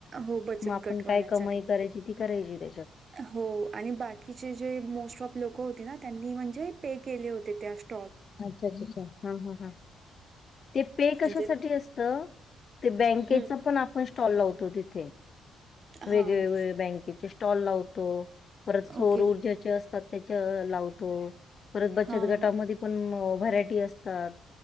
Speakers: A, on the right; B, on the left.
A: हो, बचत
B: मग आपण,
A: गटवाल्यांसाठी.
B: काय कमाई करायची, ती करायची त्याच्यात.
A: हो आणि बाकीचे जे मोस्ट ऑफ लोक होती ना. त्यांनी म्हणजे पे केले होते. त्या स्टॉ
B: अच्छा, अच्छा, अच्छा. हा, हा, हा. ते पे कशासाठी
A: म्हणजे
B: असत ते बँकेचा
A: हं,
B: पण आप पण स्टॉल लावतो तिथे. वेगवेगळे
A: हां.
B: बँकेचे स्टॉल लावतो. परत सौर
A: ओके.
B: ऊर्जेचे असतात, त्याच्या लावतो. परत बचत
A: हां.
B: गटामध्ये पण व्हरायटी असतात.